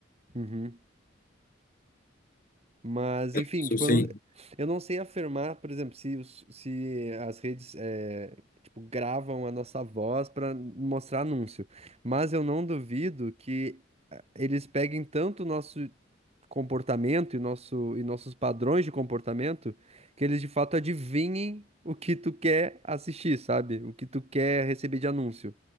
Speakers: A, on the right; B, on the left.
A: Uhum. Mas, enfim,
B: se
A: tipo,
B: eu sei,
A: eu não, eu não sei afirmar, por exemplo, se, os- se as redes, eh, tipo, gravam a nossa voz para mostrar anúncio. Mas eu não duvido que eh, eles peguem tanto o nosso comportamento e, nosso, e nossos padrões de comportamento que eles de fato adivinhem o que tu quer assistir, sabe? O que tu quer receber de anúncio.